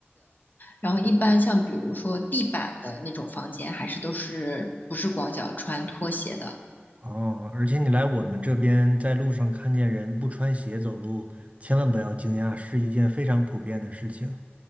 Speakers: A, on the left (about 45°); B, on the right (about 35°).
A: 然后一般像比如说地板的那种房间，还是都是不是光脚穿拖鞋的。
B: 哦，而且你来我们这边，在路上看见人不穿鞋走路，千万不要惊讶，是一件非常普遍的事情。